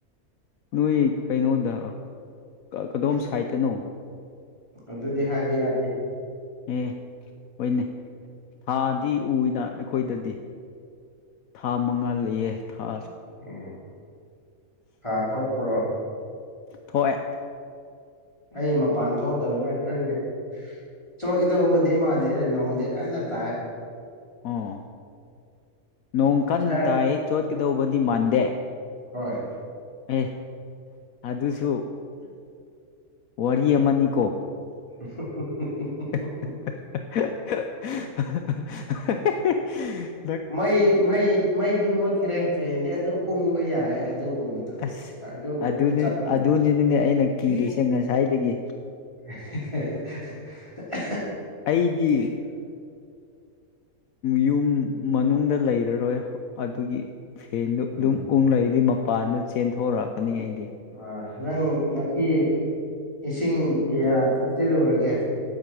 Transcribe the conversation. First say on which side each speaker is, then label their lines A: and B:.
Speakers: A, on the left; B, on the left.
A: ꯅꯣꯏ ꯀꯩꯅꯣꯗ ꯀꯗꯣꯝ ꯁꯥꯏꯠꯇꯅꯣ
B: ꯑꯗꯨꯗꯤ ꯍꯥꯏꯕ ꯌꯥꯗꯦ
A: ꯑꯦ ꯍꯣꯏꯅꯦ ꯊꯥꯗꯤ ꯎꯏꯅ ꯑꯩꯈꯣꯏꯗꯗꯤ ꯊꯥ ꯃꯪꯉꯥꯂꯩꯌꯦ ꯊꯥ
B: ꯎꯝ ꯊꯥ ꯊꯣꯛꯄ꯭ꯔꯣ
A: ꯊꯣꯛꯑ‌ꯦ
B: ꯑꯩ ꯃꯄꯥꯟ ꯊꯣꯛꯥꯎꯇꯕꯅ ꯈꯪꯗꯦ ꯆꯣꯈꯤꯗꯧꯕꯗꯤ ꯃꯥꯥꯟꯅꯤꯅ ꯅꯣꯡꯗꯤ ꯀꯟꯅ ꯇꯥꯏ
A: ꯎꯝ ꯅꯣꯡ ꯀꯟꯅ
B: ꯏꯁꯥ
A: ꯇꯥꯏ ꯆꯣꯠꯀꯗꯧꯕꯗꯤ ꯃꯥꯟꯗꯦ
B: ꯍꯣꯏ
A: ꯑꯦ ꯑꯗꯨꯁꯨ ꯋꯥꯔꯤ ꯑꯃꯅꯤꯀꯣ
B: <unintelligible>
A: <unintelligible>
B: ꯃꯩ ꯃꯩ ꯃꯩꯗꯤ ꯃꯨꯠꯈ꯭ꯔꯦ ꯐꯦꯟꯗꯤ ꯑꯗꯨꯝ ꯎꯪꯕ ꯌꯥꯏ ꯑꯗꯨꯒꯨꯝꯕꯗꯣ
A: ꯑꯁ
B: ꯑꯗꯨꯒ
A: ꯑꯗꯨꯅꯤ
B: ꯆꯞ ꯃꯥꯟꯅꯩ
A: ꯑꯗꯨꯅꯤ ꯅꯅꯦ ꯑꯩꯅ ꯀꯤꯔꯤꯁꯦ ꯉꯁꯥꯏꯗꯒꯤ
B: <unintelligible>
A: ꯑꯩꯗꯤ ꯌꯨꯝ ꯃꯅꯨꯡꯗ ꯂꯩꯔꯔꯣꯏ ꯑꯗꯨꯒꯤ ꯐꯦꯟꯗꯨꯣ
B: ꯎꯝ
A: ꯑꯗꯨꯝ ꯎꯪ ꯂꯩꯛꯏꯗꯤ ꯃꯄꯥꯟꯗ ꯆꯦꯟꯊꯣꯔꯛꯀꯅꯤ ꯑꯩꯗꯤ
B: ꯑꯥ ꯅꯪ ꯉꯁꯤ ꯏꯁꯤꯡ ꯀꯌꯥ ꯊꯛꯆꯤꯜꯂꯨꯔꯒꯦ